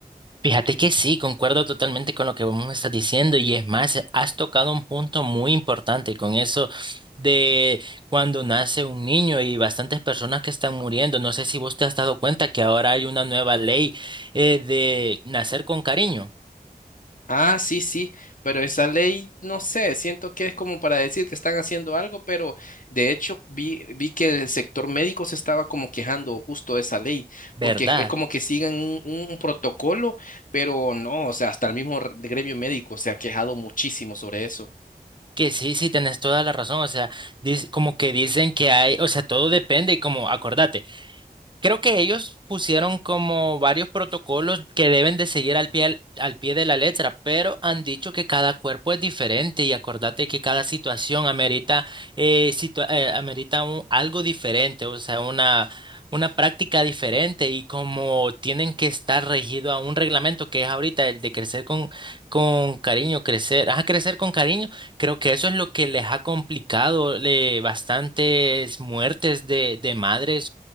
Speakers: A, on the right; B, on the left.
A: Fíjate que sí, concuerdo totalmente con lo que vos me estás diciendo y es más, has tocado un punto muy importante con eso de cuando nace un niño y bastantes personas que están muriendo. No sé si vos te has dado cuenta que ahora hay una nueva ley eh, de nacer con cariño.
B: Ah, sí, sí, pero esa ley, no sé, siento que es como para decir que están haciendo algo, pero de hecho vi, vi que el sector médico se estaba como quejando justo de esa ley,
A: ¿Verdad?
B: porque es como que siguen un, un protocolo, pero no, o sea, hasta el mismo r- gremio médico se ha quejado muchísimo sobre eso.
A: Que sí, sí, tenés toda la razón. O sea, dis- como que dicen que hay, o sea, todo depende y como, acordate, Creo que ellos pusieron como varios protocolos que deben de seguir al pie, al, al pie de la letra, pero han dicho que cada cuerpo es diferente y acordate que cada situación amerita, eh, situa- eh, amerita un- algo diferente, o sea, una, una práctica diferente y como tienen que estar regido a un reglamento que es ahorita el de crecer con, con cariño, crecer, ajá, crecer con cariño, creo que eso es lo que les ha complicado le, bastantes muertes de, de madres